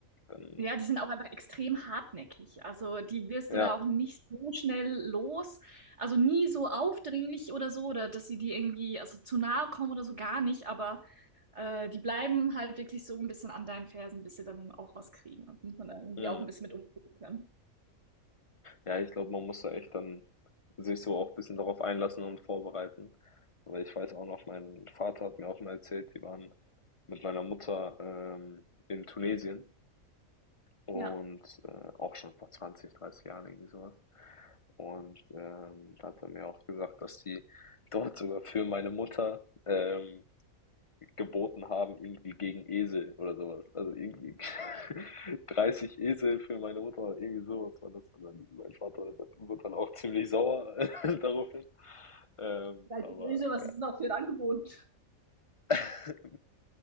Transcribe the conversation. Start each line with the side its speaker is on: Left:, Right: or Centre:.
Left: dann
Right: ja, die sind auch einfach extrem hartnäckig. Also die wirst
Left: ja,
Right: du da auch nicht so schnell los. Also nie so aufdringlich oder so, oder dass sie dir irgendwie also zu nahe kommen oder so gar nicht. Aber äh, die bleiben halt wirklich so ein bisschen an deinen Fersen, bis sie dann auch was kriegen. Das muss man dann irgendwie
Left: mhm.
Right: auch ein bisschen mit umgehen können.
Left: Ja, ich glaube, man muss da echt dann sich so auch ein bisschen darauf einlassen und vorbereiten. Weil ich weiß auch noch, mein Vater hat mir auch mal erzählt, die waren mit meiner Mutter, ähm, in Tunesien Und
Right: Ja.
Left: äh, auch schon vor 20 30 Jahren irgendwie sowas. Und ähm, da hat er mir auch gesagt, dass die dort sogar für meine Mutter ähm, geboten haben, irgendwie gegen Esel oder sowas. Also irgendwie <laughs> 30 Esel für meine Mutter oder irgendwie sowas war das. Und dann mein Vater wurde dann auch ziemlich sauer <laughs> daraufhin. Ähm,
Right: Halt
Left: aber
Right: böse, was
Left: ja,
Right: ist denn auch für ein Angebot?
Left: <laughs>